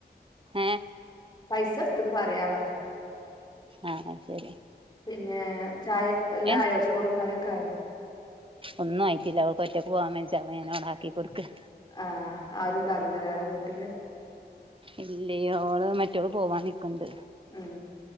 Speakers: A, on the right; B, on the left.
A: ഏ
B: പൈസ എടുതത്ത് പറയാ പറയാ
A: ആഹ് ആഹ് ശരി
B: പിന്നെ ചായ എല്ലായോ
A: ഏ
B: ചോറും കറിയൊക്കെ ആയോ
A: ഒന്നും ആയിട്ടില്ല ഓൾക്ക്ഒറ്റക്ക് പോവാൻ വെജ്ജ അപ്പോ ഞാൻ അവടെ ആക്കി കൊട്ക്ക
B: ആഹ് ആരുണ്ടാവോലല്ലേ വേറെ വിട്ടില്
A: ഇല്ലോ ഓള് മറ്റോള് പോവാൻ നിക്ക്ണ്ട്
B: ഉം